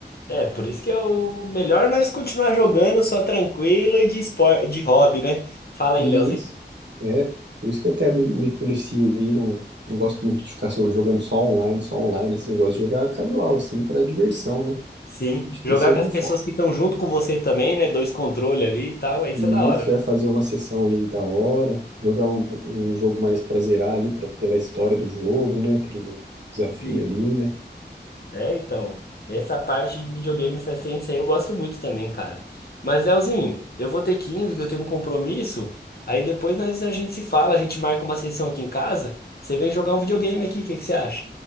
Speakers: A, on the left; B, on the right.
A: É, por isso que é o melhor nós continuar jogando só tranquilo e de espor... de hobby, né? Fala
B: E
A: aí, Leozinho.
B: isso, é, por isso que eu até me, me policio aí, não, não gosto muito de ficar só jogando só online, só online, assim, eu gosto de jogar casual, assim, para diversão, né?
A: Sim.
B: Acho que
A: Jogar
B: esse é o
A: com
B: meu
A: as pessoas
B: foco.
A: que estão junto com você também, né? Dois controles ali e tal, aí isso
B: E
A: é da hora.
B: isso
A: né?
B: é fazer uma sessão ali da hora, jogar um, um jogo mais pra zerar ali, pra, pela história do jogo, né? Pelo desafio
A: Sim.
B: ali, né?
A: É, então. Essa parte de videogame, essa essência aí eu gosto muito também, cara. Mas, Leozinho, eu vou ter que ir indo, que eu tenho um compromisso. Aí depois nós, a gente se fala, a gente marca uma sessão aqui em casa. Você vem jogar um videogame aqui, o que que você acha?